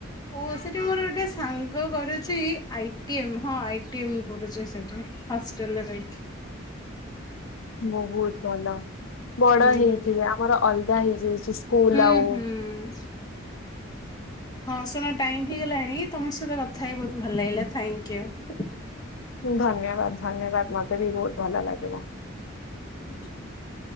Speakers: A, on the left; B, on the left.
A: ଓ ସେଠି ମୋର ଗୋଟେ ସାଙ୍ଗ କରୁଚି ଆଇ ଟି ଏମ୍ ହଁ ଆଇ ଟି ଏମ୍ କରୁଚି ସେଠି ହଷ୍ଟେଲରେ ରହିକି।
B: ମୁଁ ବୋହୁତ ଭଲ। ବଡ଼
A: ହୁଁ
B: ହେଇଥିବେ ଆମର ଅଲଗା ହି ପିଜ୍ ଇଇସ୍କୁଲ
A: ହୁଁ
B: ଆଉ
A: ହୁଁ ହଁ ଶୁଣ ଟାଇମ ହେଇଗଲାଣି ତମ ସହିତ କଥା ହେଇ ବୋହୁତ ଭଲ ଲାଗିଲା ଥାଙ୍କ ୟୁ।
B: ହୁଁ ଧନ୍ୟବାଦ ଧନ୍ୟବାଦ। ମତେ ବି ବୋହୁତ ଭଲ ଲାଗିଲା।
A: <inaudible>